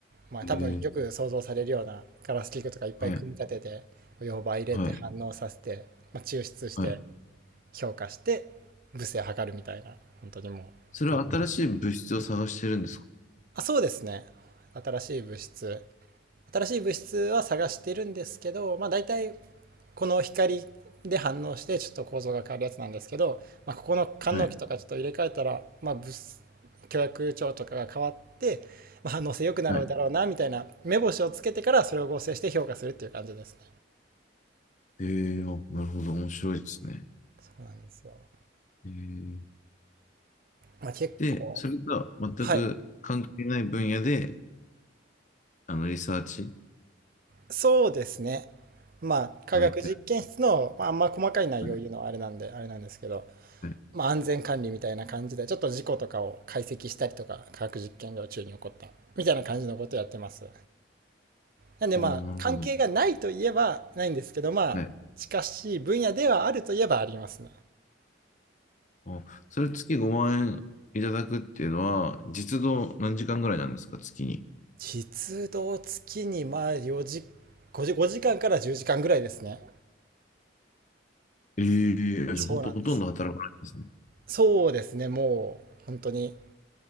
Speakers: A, on the right; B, on the left.
A: うまあ多分よく想像されるようなガラス器具とかいっぱい組み立てて、
B: ええはい、
A: 溶媒入れて反応させて、
B: はい、
A: まあ、抽出して、
B: はい。
A: 評価して、物性を測るみたいな、本当にもう、っていう感じ
B: それは新しい物質を探してるんですか
A: あ、そうですね。新しい物質。新しい物質は探してるんですけど、まあ大体この光で反応してちょっと構造が変わるやつなんですけど、まあ、ここの官能器とかちょっと入れ替えたら、
B: はい、
A: まあ、物質許諾帳とかが変わって、まあ、反応性良くなるだろうなみたいな目星をつけてからそれを合成して評価するっていう感じですね。
B: はい。ええあ、なるほど。面白いですね。
A: そうなんですよ。
B: ええ
A: まあ、結構、
B: で、それとは全く関係ない分野で、
A: はい。
B: あの、リサーチ
A: そうですね。まあ、科学実験室の、
B: をやってる。
A: まあ、あんま細かい内容を言うのはあれなんで、
B: はい、
A: あれなんですけど、
B: はい。
A: まあ、安全管理みたいな感じで、ちょっと事故とかを解析したりとか、科学実験量中に起こった、みたいな感じのことをやってます。なんでまあ、
B: おお、なるほど。
A: 関係がないといえばないんですけど、まあ、
B: はい
A: 近しい分野ではあるといえばありますね。
B: あそれ月5万円いただくっていうのは、実働何時間ぐらいなんですか、月に。
A: 実働月にまあ4時、5時、5時間から10時間ぐらいですね。
B: ええじゃあ本当ほとんど働かないですね。
A: そうなんです。そうですね、もう、本当に